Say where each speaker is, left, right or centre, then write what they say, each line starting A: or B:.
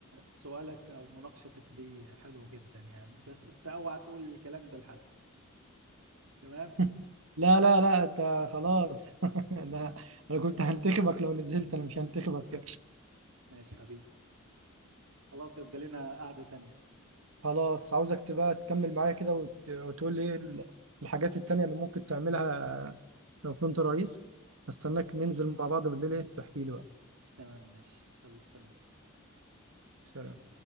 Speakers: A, on the right; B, on the right.
A: سؤالك او مناقشتك دي حلوة جدا يعني بس انت اوعى تقول الكلام ده لحد تمام
B: <laughs> لا لا لا انت خلاص <laughs> انا انا كنت هنتخبك لو نزلت انا مش هنتخبك
A: ماشي حبيبي خلاص يبقى لنا قعدة تانية
B: خلاص عاوزك تبقى تكمل معايا كده وت- وتقول لي ايه ال- الحاجات التانية اللي ممكن تعملها لو كنت رئيس هستناك ننزل مع بعض بالليل ايه تحكي لي بقى
A: تمام ماشي يلا سلام
B: سلام